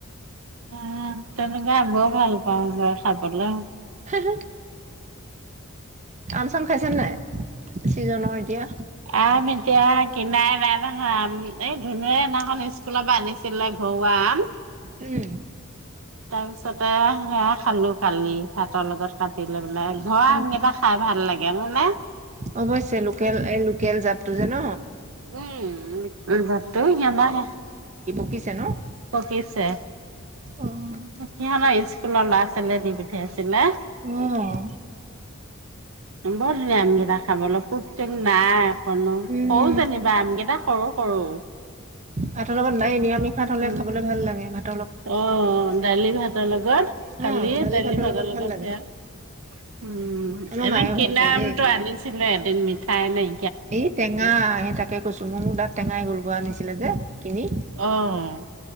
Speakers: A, on the right; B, on the right.
A: হ', তেনেকে আমিও ভাল পাওঁ। আনে খাই পাগলা
B: হ-হ, আ ম খাইছেনে নাই? চিজনৰ এতিয়া
A: আম এতিয়া কিনাই নাই নহয়। এই ধুনুয়ে সিদিনাখন স্কুলৰ পৰা আনিছিলে ঘৰুৱা আম।
B: উম,
A: তাৰপিছতে সেয়া খালো কালি। ভাতৰ লগত কাট বোলে। ঘৰুৱা
B: উম,
A: আমকেইটা খাই ভাল লাগে। হয় নে?
B: অৱশ্যে লোকেল এই লোকেল জাতটো যে ন
A: উম',
B: শিকিছে ন'।
A: পকিছে,
B: অ',
A: সিহঁতৰ ইস্কুলৰ ল'ৰা ছোৱালীয়ে দিবি সেই আছিলে।
B: উম।
A: বৰ ধুনীয়া আমকেইটা খাবলৈ। পোক-চোক নাই। নো
B: উম,
A: সৰু যেনিবা আমকেইটা সৰু। সৰু।
B: ভাতৰ লগত নাই, নিৰামিষ ভাত
A: উম।
B: হ'লে খাবলৈ ভাল লাগে ভাত
A: অ দালি ভাত ভাতৰ ‌লগত খালি
B: অ',
A: দালি
B: ভাতৰ
A: ভাগৰ লগত
B: ভাল লাগে
A: সেয়া, উম,
B: আমাৰ
A: এনে
B: মায়ে
A: কিনা
B: ভাল পায় দেই।
A: আমটো আনিছিলে এদিন মিঠাই নাই।
B: এই টেঙা সেই তাকে কৈছো মোৰ মোৰ দাঁত টেঙাই গ'ল, গোৱা আনিছিলে যে। কিনি
A: অ'।